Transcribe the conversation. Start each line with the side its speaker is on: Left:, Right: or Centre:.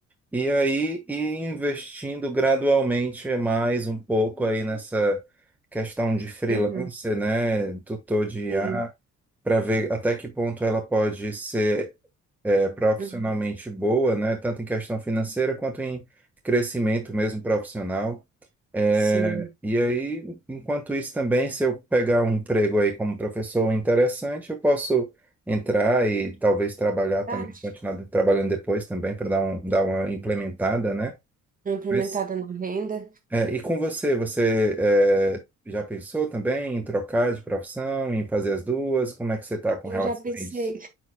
Centre: E aí, e investindo gradualmente mais um pouco aí nessa questão de freelancer,
Right: Uhum,
Centre: né? Tutor de
Right: sim,
Centre: IA, para ver até que ponto ela pode ser é, profissionalmente
Right: uhum,
Centre: boa, né? Tanto em questão financeira quanto em crescimento mesmo profissional. É,
Right: sim.
Centre: e aí, enquanto isso também, se eu pegar um emprego aí como professor interessante, eu posso entrar e talvez trabalhar também,
Right: Verdade.
Centre: continuar trabalhando depois também para dar um, dar uma implementada, né?
Right: Não Implementada
Centre: Mas,
Right: na renda,
Centre: é, e com você, você é, já pensou também em trocar de profissão, em fazer as duas? Como é que você está com
Right: eu
Centre: relação
Right: já pensei.
Centre: a isso?